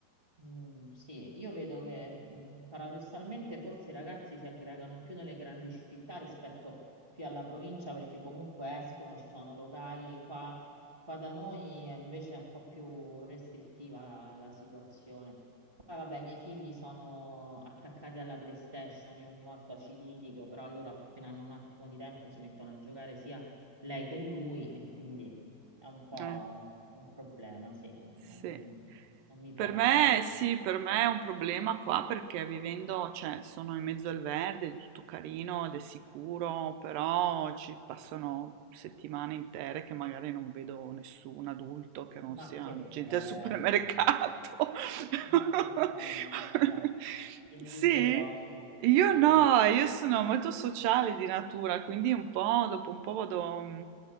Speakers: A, on the right; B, on the right.
A: Mm, sì, io vedo che mm, paradossalmente forse i ragazzi si aggregano più nelle grandi città rispetto qui alla provincia perché comunque escono, ci sono locali, qua, qua da noi è invece un po' più restrittiva la situazione. Poi vabbè, i miei figli sono attaccati alla PlayStation, io ogni volta ci litigo, però loro appena hanno un attimo di tempo si mettono a giocare sia lei che lui e quindi... È un po'
B: Eh.
A: un problema, sì. No,
B: Sì.
A: io n- non mi
B: Per
A: piace
B: me
A: molto.
B: sì, per me è un problema qua perché vivendo, cioè sono in mezzo al verde, è tutto carino ed è sicuro, però ci passano settimane intere che magari non vedo nessun adulto che non
A: Ma
B: sia
A: che bello,
B: gente al supermercato.
A: ma
B: <laughs>
A: che bello, guarda, ti invidio
B: Sì,
A: proprio.
B: io
A: Sì.
B: no, io sono molto sociale di natura, quindi un po' dopo un po' vado,